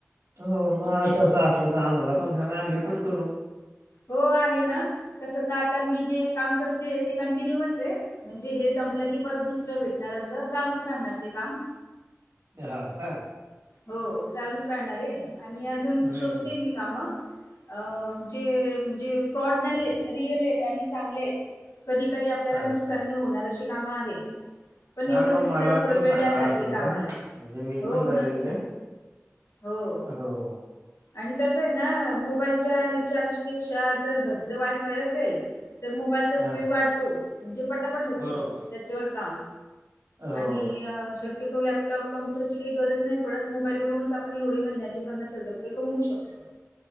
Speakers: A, on the right (about 85°); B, on the left (about 80°).
A: हो मग तसं असलं तर आम्हाला पण सांगा आम्ही पण करू
B: हो आहे ना कसं तर आता मी जे काम करते ते कंटिन्यूच हे म्हणजे हे संपलं की परत दुसरं भेटणार असं, चालूच राहणार ते काम.
A: हा का,
B: हो चालूच राहणार आहे, आणि अजून
A: हम्म
B: शोधते मी काम अ जे म्हणजे फ्रॉड नाही आहेत, रियल आहेत आणि चांगले आहेत कधी काही आपल्याला
A: असं
B: नुकसान नाही होणार अशी काम आहेत. पण
A: हा
B: एवढंच
A: मग
B: आहे
A: मला
B: की त्याला थोडा
A: पण
B: वेळ
A: सांगा
B: द्यायला लागेल
A: असल
B: कामाला.
A: तर, म्हणजे मी
B: हो
A: पण करी
B: नक्की.
A: <unintelligible>
B: हो
A: हो
B: आणि कसं आहे ना, मोबाईलच्या रिचार्जपेक्षा, जर घरचं वायफाय असेल, तर मोबाईलचा स्पीड
A: हा
B: वाढतो म्हणजे पटापट होतो
A: बरोबर
B: त्याच्यावर काम
A: <unintelligible>
B: आणि शक्यतो लॅपटॉप कम्प्युटरची काही गरज नाही पडत मोबाईलवरूनचण एवढे महिन्याचे पन्नास हजार ते कमवू शकतो